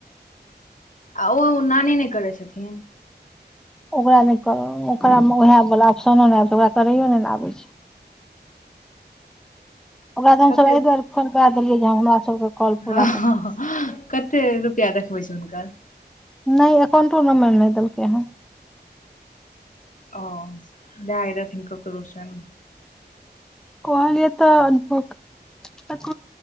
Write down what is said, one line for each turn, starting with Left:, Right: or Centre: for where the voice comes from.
Left: आ ओ ना नहि करै छथिन
Centre: ओकरा नहि कर ओकरा मे ओएह वला ऑप्शनो नहि आबत छै ओकरा करैयो नहि ने आबै छै ओकरा तऽ हमसभ
Left: कते
Centre: एहि दुआरे फोन कर देलियै जे हमरा सबके कॉल
Left: हँ
Centre: पूरा कर
Left: कते रुपआ देखबै छै हुनकर
Centre: नहि एककाउंटो नम्बर नहि देलकै हँ
Left: ओ दाय रहथिन करू सन
Centre: कहलियए तऽ अनुभव त